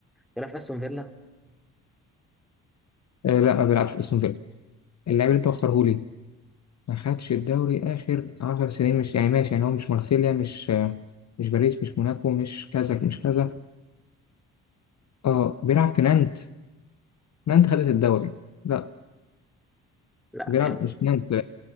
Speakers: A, in the centre; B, on the left.
A: بيلعب في استون فيلا؟
B: آه لا ما بيلعبش في اسم فيلا اللاعب اللي انت مختاره لي ما خدش الدوري آخر عشر سنين مش يعني ماشي يعني هو مش مارسيليا مش مش باريس مش موناكو مش كذا مش كذا اه بيلعب في نانت نانت خدت الدوري لا
A: لا
B: بيلعب
A: يعني
B: مش في نانت